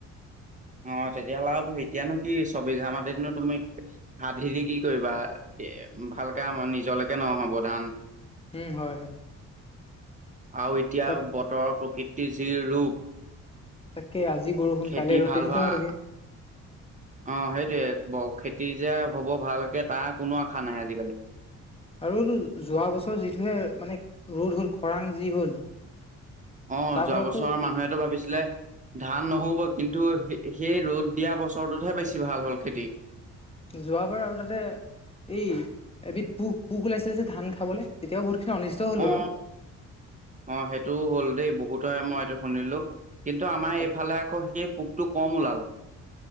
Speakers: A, on the right (about 25°); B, on the left (about 20°).
A: অ' তেতিয়াহ'লে আৰু এতিয়ানো কি ছবিঘা মতি দিনো তুমি আধি দি কি কৰিবা? এ, ভালকে আমাৰ নিজলৈকে নহ'ব ধান।
B: উম, হয় হয়।
A: আৰু এতিয়া
B: বাক
A: বতৰৰ প্ৰকৃতিৰ যি ৰূপ।
B: তাকে আজি বৰষুণ
A: খেতি
B: কালি ৰ'দ
A: ভাল
B: তেনেকুৱা
A: হোৱা
B: হৈ থাকে।
A: অ' সেইটোয়ে, খেতি যে হ'ব ভালকে তাৰ কোনো আশা নাই আজিকালি।
B: আৰুটো যোৱা বছৰ যিটোহে মানে ৰ'দ হ'ল খৰাং যি হ'ল
A: অ'
B: তাৰ
A: যোৱা
B: ফলতো
A: বছৰৰ মানুহেতো ভাবিছিলে ধান নহ'ব কিন্তু সেই ৰ'দ দিয়া বছৰটোতহে বেছি ভাল হ'ল খেতি।
B: যোৱাবাৰ আৰু তাতে এই এবিধ পোক, পোক ওলাইছে যে ধান খাবলে। তেতিয়া বহুতখিনি অনুষ্ঠিত হ'ল
A: অ
B: বাৰু।
A: অ' সেইটোও হ'ল দেই বহুতহ মই এইটো শুনিলোঁ কিন্তু আমাৰ
B: হয়।
A: এইফালে আকৌ সেই টো কম ওলাল।